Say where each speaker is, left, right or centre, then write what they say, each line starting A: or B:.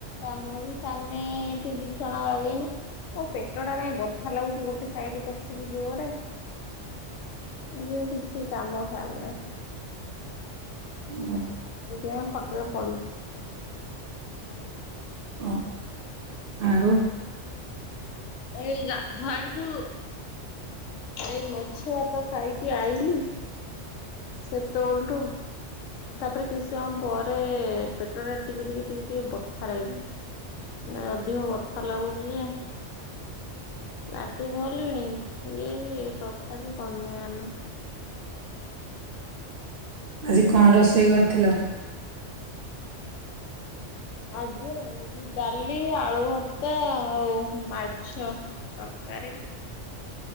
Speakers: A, on the left; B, on the right.
A: କାମ ବି ସାରିନି ଏଇଠି ବି ଛଣା <unintelligible> ମୋ ପେଟ ଟା କାଇଁ ବଥା ଲାଗୁଚି ଗୋଟେ ସାଇଡି କଷିକି ଜୋରେ। ଯେ କିଛି କାମ ସାରିନେଇଁ।
B: ହୁଁ।
A: ସେଇଥିପାଇଁ ଖଟରେ ପଡିଛି।
B: ଓ ଆଉ?
A: ଏଇ ଗାଧୁଆଳୁଠୁ ଏଇ ମାଛ ଭାତ ଖାଇକି ଆଇଲିି ସେତବେଳଠୁ ତାପରେ କିଛି ସମୟ ପରେ ପେଟ ଟା ଟିକେ ଟିକେ ଟିକେ ଟିକେ ବଥା ଲାଗିଲା। ନା ଅଧିକ ବଥା ଲାଗୁଚି ଯେ ଲାଟିନି ଗଲିଣି ଇଏ କି ତଥାପି କମିବାର ନାହିଁ।
B: ଆଜି କଣ ରୋଷେଇ କରିଥିଲ?
A: ଆଜି ନା ଆଜି ଡାଲି ଆଳୁ ଭର୍ତା ଆଉ ମାଛ। ତରକାରୀ?